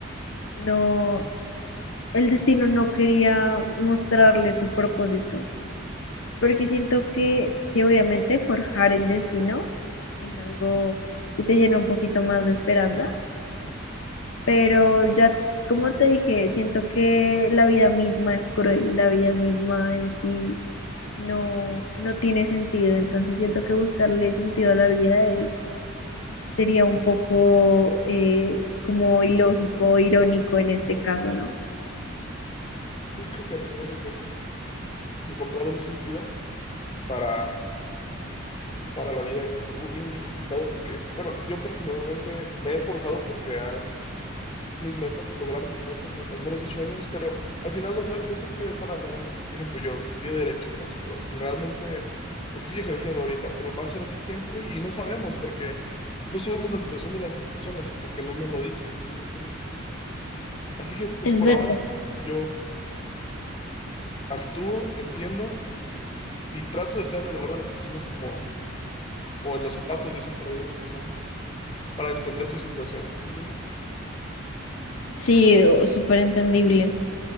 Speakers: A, on the left (about 70°); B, on the left (about 25°).
A: no el destino no quería mostrarle su propósito, porque siento que sí, obviamente, forjar el destino es algo que te llena un poquito más de esperanza, pero ya, como te dije, siento que la vida misma es cruel, la vida misma en sí no, no tiene sentido, entonces siento que buscarle sentido a la vida es, sería un poco eh, como ilógico, irónico en este caso, ¿no?
B: sí, creo que al final es eso. Encontrar un sentido para, para la vida es algo bien, bien complicado porque, bueno, yo personalmente me he esforzado por crear mis metas, lograr mis metas, alcanzar esos sueños, pero al final no sé, no sé qué me depara realmente. Por ejemplo, yo estudié Derecho, por ejemplo, realmente estoy ejerciendo ahorita, pero va a ser así siempre y no sabemos porque no sabemos la situación de las personas hasta que no nos lo dicen, ¿sí me entiendes? Así que pues
A: Es
B: por
A: verdad,
B: ahora yo actúo, entiendo y trato de estar en el lugar de las personas como, o en los zapatos, dicen por ahí de las personas, para entender su situación, ¿me entiendes?
A: sí, o- súper entendible.